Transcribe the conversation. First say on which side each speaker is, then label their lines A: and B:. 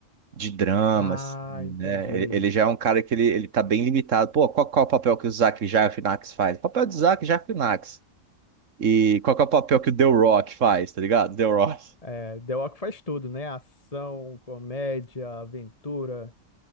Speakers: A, on the right (about 75°); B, on the left (about 30°).
A: de drama,
B: Ah,
A: assim,
B: entendi.
A: né? Ele, ele já é um cara que ele, ele tá bem limitado. Pô, qual, qual é o papel que o Zach Galifianakis faz? O papel do Zach Galifianakis. E qual que é o papel que o The Rock faz, tá ligado? The Rock.
B: É, The Rock faz tudo, né? Ação, comédia, aventura,